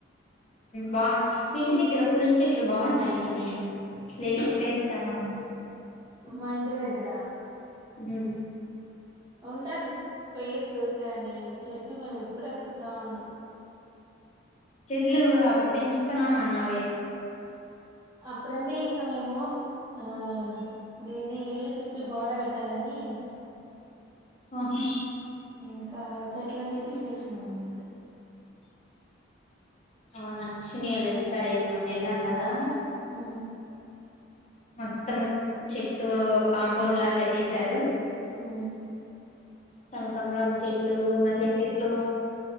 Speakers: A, on the left; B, on the right.
A: బాగు మీ ఇంటి దగ్గర పులి చెట్లు బాగున్నాయింట నేను ప్లేస్ ప్లేస్ట
B: ఎవరు
A: చాలా ఉంది
B: మా ఇంటి దగ్గర
A: హ
B: ఉంటాది స్పేస్ కానీ చెట్లు మేము ఇప్పుడే పెడతా ఉన్నాం.
A: చెట్లు అప్పుడు పెంచుతున్నామ అన్నావే
B: అప్పుడంటే ఇంకా మేము ఆ దీన్ని ఇల్లు చుట్టూ గోడ కట్టాలని
A: ఓకే
B: ఇంకా చెట్లన్నీ పీ చేసినాం అన్న మాట
A: అవునా శునిలంటి కడ మన్న ఎలా అన్నదా
B: ఆ
A: మొత్తం చెట్లు కాంపౌండ్ లాగా కట్టేశారు
B: ఉ
A: కనకంబం చెట్లు మళ్లీ చెట్లు